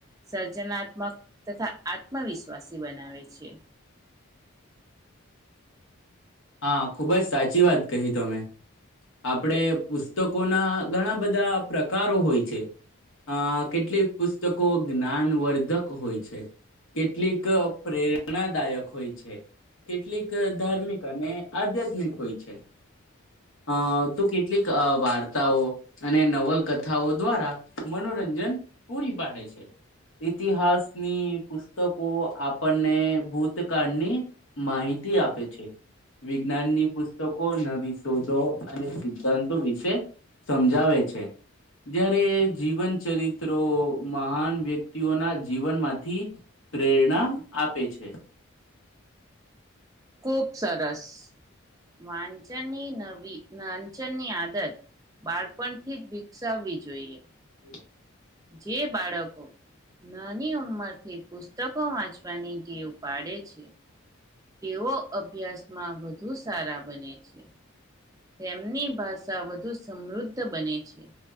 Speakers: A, on the right; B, on the left.
A: સર્જનાત્મક તથા આત્મવિશ્વાસી બનાવે છે
B: હા ખુબ જ સાચી વાત કહી તમે આપડે પુસ્તકોના ઘણા બધા પ્રકારો હોય છે અ કેટલીક પુસ્તકો જ્ઞાનવર્ધક હોય છે કેટલીક પ્રેરણાદાયક હોય છે કેટલીક ધાર્મિક અને આધ્યાત્મિક હોય છે અ તો કેટલીક વાર્તાઓ અને નવલકથાઓ દ્વારા મનોરંજન પૂરી પાડે છે ઈતિહાસની પુસ્તકો આપણને ભૂતકાળની માહિતી આપે છે વિજ્ઞાનની પુસ્તકો નવી શોધો અને સિદ્ધાંતો વિશે સમજાવે છે જ્યારે જીવન ચરિત્રો મહાન વ્યક્તિઓના જીવનમાંથી પ્રેરણા આપે છે
A: ખુબ સરસ વાંચનની નવી વાંચનની આદત બાળપણથી જ વિકસાવવી જોઈએ
B: હ
A: જે બાળકો નાની ઉંમરથી પુસ્તકો વાંચવાની ીવ પાડે છે તેઓ અભ્યાસમાં વધુ સારા બને છે તેમની ભાષા વધુ સમૃદ્ધ બને છે